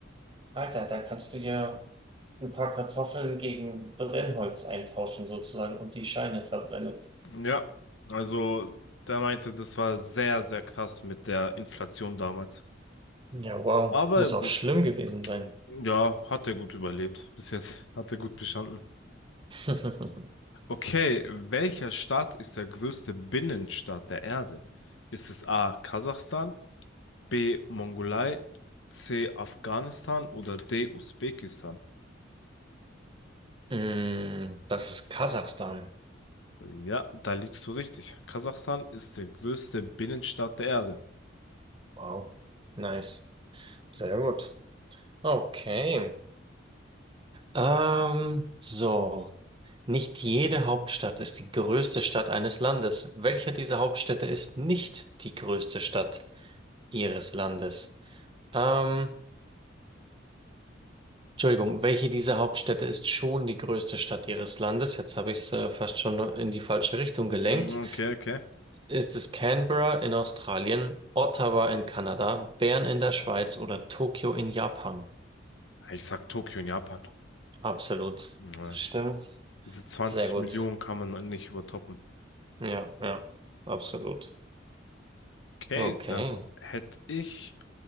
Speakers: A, on the right; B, on the left.
A: Alter, da kannst du ja ein paar Kartoffeln gegen Brennholz eintauschen sozusagen und die Scheine verbrennen.
B: Ja, also der meinte, das war sehr, sehr krass mit der Inflation damals.
A: Ja, wow.
B: Aber
A: Muss
B: gut,
A: auch schlimm gewesen sein.
B: ja, hat er gut überlebt. Bis jetzt <laughs> hat er gut bestanden.
A: <laughs>
B: Okay, welcher Staat ist der größte Binnenstaat der Erde? Ist es A. Kasachstan, B. Mongolei, C. Afghanistan oder D. Usbekistan?
A: Mm, das ist Kasachstan.
B: Ja, da liegst du richtig. Kasachstan ist die größte Binnenstadt der Erde.
A: Wow. Nice. Sehr gut. Okay. Ähm, so. Nicht jede Hauptstadt ist die größte Stadt eines Landes. Welche dieser Hauptstädte ist nicht die größte Stadt ihres Landes? Ähm, Entschuldigung, welche dieser Hauptstädte ist schon die größte Stadt ihres Landes? Jetzt habe ich es äh, fast schon in die falsche Richtung gelenkt.
B: Mhm, Okay, okay.
A: Ist es Canberra in Australien, Ottawa in Kanada, Bern in der Schweiz oder Tokio in Japan?
B: Ich sag Tokio in Japan.
A: Absolut.
B: Ja.
A: Stimmt.
B: Diese zwanzig
A: Sehr gut.
B: Millionen kann man nicht übertoppen.
A: Ja, ja, absolut.
B: Okay,
A: Okay.
B: dann hätte ich